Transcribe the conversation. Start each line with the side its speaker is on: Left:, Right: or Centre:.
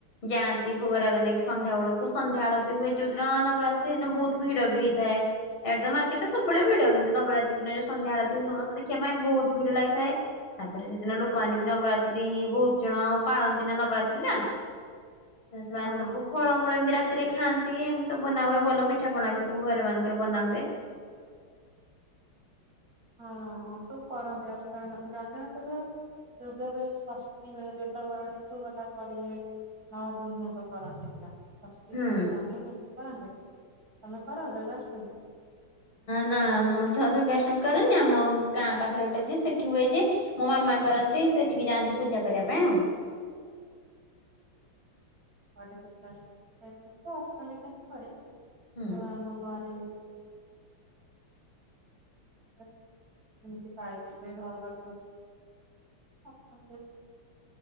Left: ଯାଆନ୍ତି ଭୋଗରାଗ ନେଇକି ସନ୍ଧ୍ୟା ବେଳକୁ ସନ୍ଧ୍ୟା ଆଳତି ହୁଏ ଯୋଉଦିନ ନବରାତ୍ରି ସେଇଦିନ ବହୁତ ଭିଡ ବି ହେଇଥାଏ। ଏଇଠି ତ ମାର୍କେଟରେ ସବୁବେଳେ ଭିଡ କିନ୍ତୁ ନବରାତ୍ରି ଦିନ ଯୋଉ ସନ୍ଧ୍ୟାବେଳେ ସମସ୍ତେ ଦେଖିବା ପାଇଁ ବହୁତ ଭିଡ ଲାଗିଥାଏ ତାପରେ ସେଦିନ ଲୋକମାନେ ବି ନବରାତ୍ରି ବହୁତ ଜଣ ପାଳନ୍ତି ନା ନବରାତ୍ରି ଟା। ସେମାନେ
Right: ହଁ
Left: ସବୁ ଫଳମୂଳ ଏମିତି ରାତିରେ ଖାଆନ୍ତି ଏମିତି ସବୁ ବନାହୁଏ ଭଲ ପିଠାପଣା ବି ସବୁ ଘରେ ମାନଙ୍କରେ ବନାହୁଏ।
Right: ହଁ ସବୁ କରନ୍ତି ଆସ ପାଇଁ ଜାଣି ତ ପୁର ଯୁଗ ବ ଷଷ୍ଠୀ ହୁଏ ବେଲବରଣୀ ତୁଗଲା କରିହେ। ନଅ ଦିନ ଯାକ କରନ୍ତି ପୁରା। ଷଷ୍ଠୀ
Left: ହୁଁ
Right: ସ୍ତପ୍ତ ମମୀ କରନ୍ତି ତମେ କର ଦୁର୍ଗାଷ୍ଟମୀ।
Left: ନା ମୁଁ ତ ଦୁର୍ଗାଷ୍ଟମି କରେନି ଆମ ଗାଁ ପାଖରେ ଗୋଟେ ଯେ ସେଠି ହୁଏ ଯେ ମୋ ମାମା କରନ୍ତି ସେଠିକି ଯାଆନ୍ତି ପୂଜା କରିବା ପାଇଁ ଆଉ
Right: ପରେ ଦୂର୍ଗାର୍ଷ୍ଟମୀ ଅଷ୍ଟମୀ ଟା ପରେ
Left: ହୁଁ
Right: ଆମ ଘରେ। <inaudible> ତମତି ଚାଳିଶ ବେ ଘର ବର୍ଷ। <inaudible>